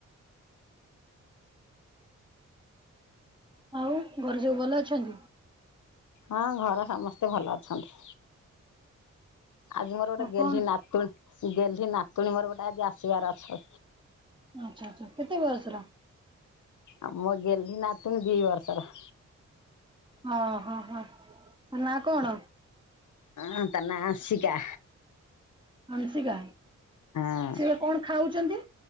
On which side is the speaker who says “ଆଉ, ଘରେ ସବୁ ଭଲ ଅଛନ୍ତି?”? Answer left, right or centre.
Right